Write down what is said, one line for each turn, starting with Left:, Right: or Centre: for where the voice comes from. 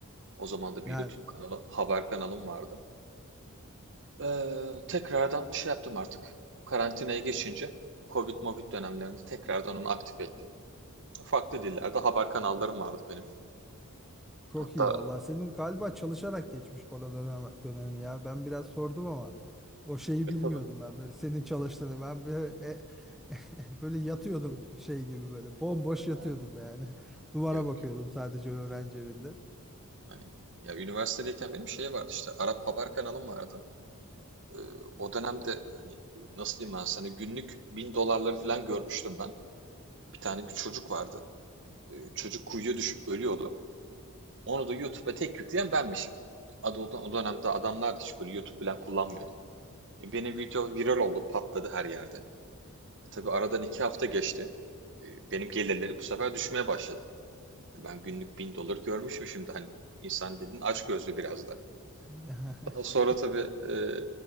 Right: O zaman da
Centre: Yani
Right: bir YouTube kanalım, haber kanalım vardı. Eee, tekrardan şey yaptım artık. Karantinaya geçince Covid Movid dönemlerinde tekrardan onu aktif ettim. Farklı dillerde haber kanallarım vardı benim.
Centre: çok
Right: Hatta
Centre: iyi valla. Senin galiba çalışarak geçmiş korona dönem- dönemi ya. Ben biraz sordum ama o şeyi
Right: e,
Centre: bilmiyordum
Right: tabii.
Centre: ben. Böyle senin çalıştığını ben böyle e, <laughs> Böyle yatıyordum şey gibi böyle bomboş yatıyordum
Right: Ha,
Centre: yani. <laughs> Duvara
Right: yok
Centre: bakıyordum
Right: yok.
Centre: sadece öğrenci evinde.
Right: Aynen. Ya üniversitedeyken benim şey vardı işte Arap haber kanalım vardı. Ee, o dönemde hani nasıl diyeyim ben sana günlük bin dolarları falan görmüştüm ben. Bir tane bir çocuk vardı. Ee, çocuk kuyuya düşüp ölüyordu. Onu da YouTube'a tek yükleyen benmişim. Adı, o o dönemde adamlar hiç böyle YouTube falan kullanmıyordu. E, Benim video viral oldu, patladı her yerde. E, tabii aradan iki hafta geçti. E, benim gelirlerim bu sefer düşmeye başladı. Ben günlük bin dolar görmüşüm şimdi hani. insan dedin açgözlü biraz da.
Centre: <laughs>
Right: Daha sonra tabii e,